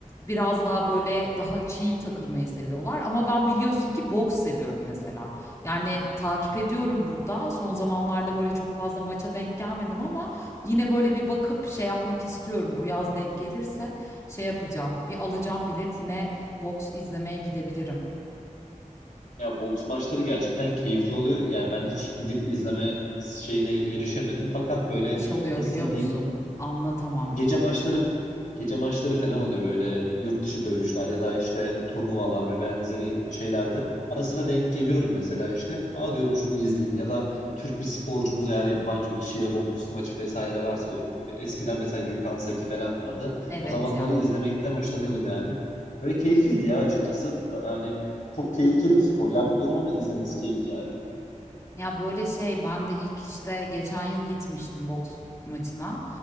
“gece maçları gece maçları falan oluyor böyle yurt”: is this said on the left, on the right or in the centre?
Left